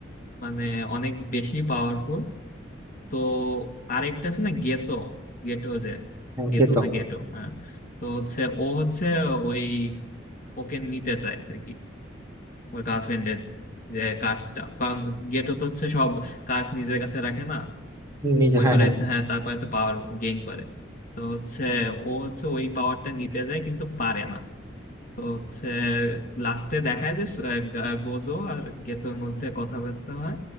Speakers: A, on the left (about 40°); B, on the right (about 15°).
A: মানে অনেক বেশি পাওয়ারফুল তো আরেকটা আছে না গেতো গেটো যে
B: হ্যাঁ, ওকে
A: গেতো
B: তো
A: না গেটো হ্যাঁ তো হচ্ছে ও হচ্ছে ওই ওকে নিতে চায় আর কি ওই গার্লফ্রেন্ডের যে কাজটা কারণ গেটো তো হচ্ছে সব কাজ নিজের কাছে রাখে না
B: নিজে
A: ওই
B: হ্যাঁ
A: করে
B: হ্যাঁ
A: হ্যাঁ তারপরে তো পাওয়ার গেইন করে তো হচ্ছে ও হচ্ছে ওই পাওয়ারটা নিতে যায় কিন্তু পারে না তো হচ্ছে লাস্টে দেখায় যে আহ, গা- গোজো আর গেতোর মধ্যে কথাবার্তা হয়